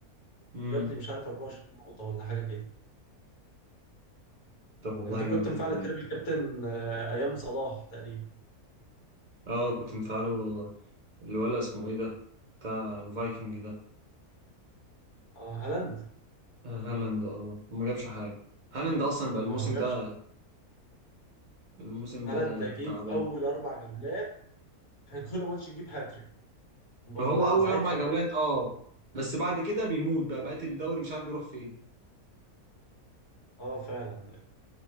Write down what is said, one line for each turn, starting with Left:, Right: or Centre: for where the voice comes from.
Right: امم
Left: جاب لي مش عارف 24 نقطه ولا حاجه كده
Right: طب والله
Left: انت
Right: جامد
Left: كنت
Right: جدا
Left: مفعل التريبل
Right: يا ابني.
Left: كابتن آه، ايام صلاح تقريبا
Right: اه كنت مفعله الولا اسمه ايه ده بتاع الفايكنج ده
Left: اه هالاند
Right: آه، هالاند اه وما جابش حاجة هالاند اصلا بقى الموسم
Left: ما هو ما جابش
Right: ده الموسم
Left: هالاند
Right: ده
Left: ده جه
Right: تعبان
Left: في اول اربع جولات كان كل ماتش يجيب هاتريك وبقى
Right: هو
Left: من
Right: اول
Left: ساعتها
Right: اربع جولات
Left: م-
Right: اه بس بعد كده بيموت بقى بقية الدوري مش عارف بيروح فين
Left: اه فعلا